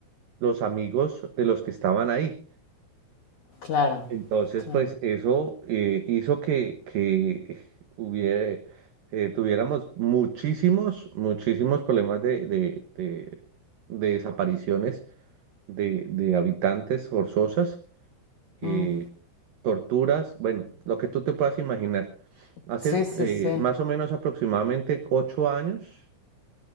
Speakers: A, on the right; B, on the left.
A: los amigos de los que estaban ahí.
B: Claro,
A: Entonces,
B: claro.
A: pues eso eh, hizo que, que hubiera, eh, tuviéramos muchísimos, muchísimos problemas de, de, de de desapariciones de, de habitantes forzosas eh,
B: Mm.
A: torturas, bueno, lo que tú te puedas imaginar. Hace
B: Sí, sí,
A: eh,
B: sí.
A: más o menos aproximadamente ocho años,